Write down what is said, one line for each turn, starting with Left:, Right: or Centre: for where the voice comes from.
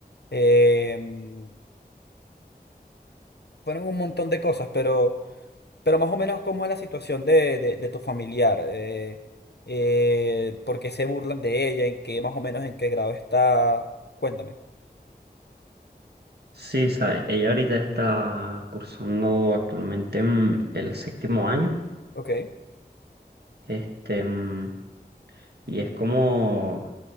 Left: Em, fueron un montón de cosas, pero, pero más o menos cómo es la situación de, de, de tu familiar. Eh, eh, ¿por qué se burlan de ella? ¿En qué más o menos en qué grado está? Cuéntame.
Right: Sí, sabe, ella ahorita está cursando actualmente mm, el séptimo año
Left: Ok.
Right: Este, mm, y es como